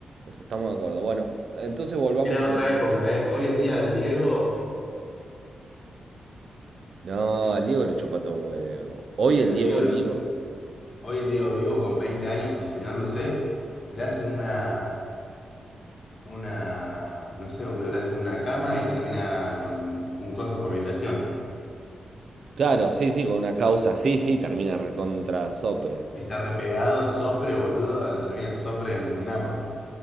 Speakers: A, on the right; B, on the left.
A: Eso estamos de acuerdo. Bueno, entonces volvamos
B: Era
A: a...
B: otra
A: nuestro-
B: época, ¿eh? Hoy en día al Diego,
A: No,
B: sí,
A: al Diego le chupa todo un huevo. Hoy
B: pero
A: el
B: al
A: Diego
B: Diego, lo-
A: vivo.
B: hoy el Diego vivo con 20 años posicionándose, le hacen una, una, no sé, boludo, le hacen una cama y termina con un coso por violación.
A: Claro, sí, sí, con una causa, sí, sí, termina recontra sopre.
B: Y está repegado, sopre, boludo, termina sopre en, en Nápoli.